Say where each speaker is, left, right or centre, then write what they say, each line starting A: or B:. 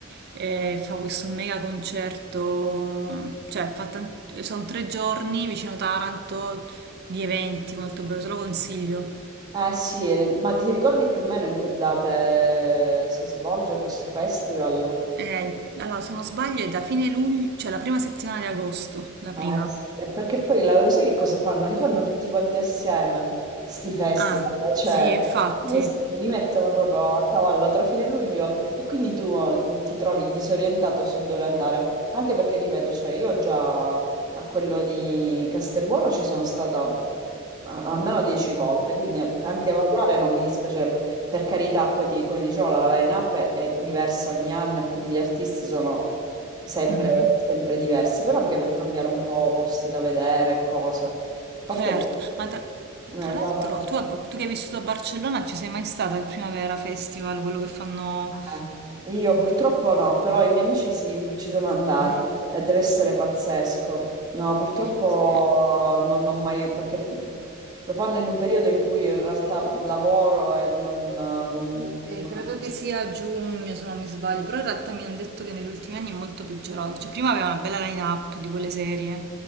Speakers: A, on the right; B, on the right.
A: e fa questo mega concerto, cioè fa tan- sono tre giorni vicino Taranto di eventi molto bello, te lo consiglio.
B: Eh sì, eh, ma ti ricordi più o meno in che date si svolge questo festival?
A: Eh, allora, se non sbaglio è da fine luglio, cioè la prima settimana di agosto, la
B: Ah,
A: prima.
B: eh sì, e perché poi la- lo sai che cosa fanno? Li fanno tutti quanti assieme, sti festival,
A: Ah,
B: cioè
A: sì, infatti.
B: eh sì, li mettono proprio a cavallo tra fine luglio e quindi tu eh, ti trovi disorientato su dove andare, anche perché, ripeto, cioè io già a quello di Castelbuono ci sono stata a- almeno dieci volte, quindi anche variare non mi dispiacerebbe. Per carità, poi ti- come dicevo, la line-up è, è diversa ogni anno e quindi gli artisti sono sempre,
A: Mhm,
B: sempre diversi, però anche per cambiare un po' posti da vedere, e cose. A parte
A: Certo,
B: che
A: ma tra,
B: eh,
A: tra l'altro
B: va- va-
A: tu, a- tu che hai vissuto a Barcellona ci sei mai stata al Primavera Festival, quello che fanno...
B: eh. Io purtroppo no, però i miei amici sì, ci sono andati
A: Mhm,
B: e deve essere pazzesco. No, purtroppo
A: Sì.
B: non ho mai, perché lo fanno in un periodo in cui in realtà lavoro e non, non
A: Sì, credo
B: è mai
A: che sia a giugno se non mi sbaglio, però in realtà mi hanno detto che negli ultimi anni è molto peggiorato, cioè prima aveva una bella line-up di quelle serie,